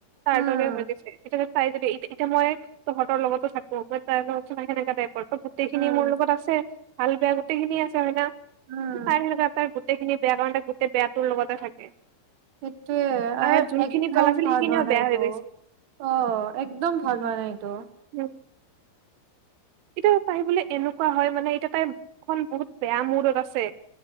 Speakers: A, on the right; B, on the right.
A: তাৰ
B: উম
A: দৰে হৈ গৈছে এতিয়া। চাই যদিয়া, এতিয়া মই তহঁতৰ লগতো থাকো। মই তাই সেনেককা বাই কাপোৰ গোটেই খিনি
B: উম
A: মোৰ লগত আছে। ভাল-বেয়া গোটেইখিনি আছে হয় ন?
B: উম
A: চাৰে হাজাৰ তাৰ সিনি বেয়া কাৰণে লগত থাকে।
B: সেইটোৱে
A: লাহে
B: আহ',
A: যোনখিনি
B: একদম
A: আছিল
B: ভাল
A: সেইখিনিও
B: হোৱানাই
A: বেয়া হৈ
B: অহ',
A: গৈছে
B: একদম ভাল হোৱানাই এইটো।
A: উম এতিয়া তাইবোলে এনেকুৱা হয় মানে, এতিয়া তাইৰ এখন বহুত বেয়া মূডত আছে।